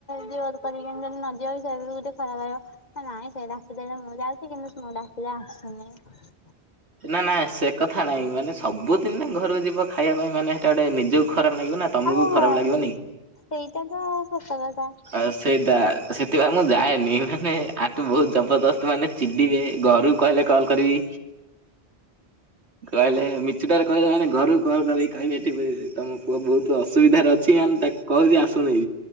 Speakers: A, on the left; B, on the right.
A: ଜୋର କରିକିନି ଯଦି ନ ଯିବ, ସିଏ ବି ଗୋଟେ ଖରାପ ଭାବିବ। ନାଇଁ ସେଇ ଡାକିଦେଲେ ମୁଁ ଯାଉଛି କିନ୍ତୁ ମୁଁ ଡାକିଲେ ଆସୁନି।
B: ନା ନା ସେ କଥା ନାହିଁ। ମାନେ ସବୁଦିନେ ଘରକୁ ଯିବ ଖାଇବା ପାଇଁ ମାନେ ସେଟା ଗୋଟେ ନିଜକୁ ଖରାପ ନାଗିବ ନା। ତମକୁ
A: ଆଉ
B: ଖରାପ
A: ହଁ
B: ଲାଗିବନି?
A: ଏଇ ସେଇଟା ତ ସତ କଥା।
B: ଆ ସେଇଟା, ସେଥିପାଇଁ ମୁଁ ଯାଏନି ମାନେ ଆଠୁ ବହୁତ ଜବରଦସ୍ତ ମାନେ ଚିଡିବେ, ଘରୁ କହିଲେ କଲ୍ କରିବି କହିଲେ, ମିଛୁଟାରେ କହିଲେ ମାନେ ଘରୁକୁ କଲ କରି କହିବେ, ଏଠି ତମ ପୁଅ ବହୁତ ଅସୁବିଧାରେ ଅଛି ମାନେ ତାକୁ କହୁଛିି ଆସୁନି।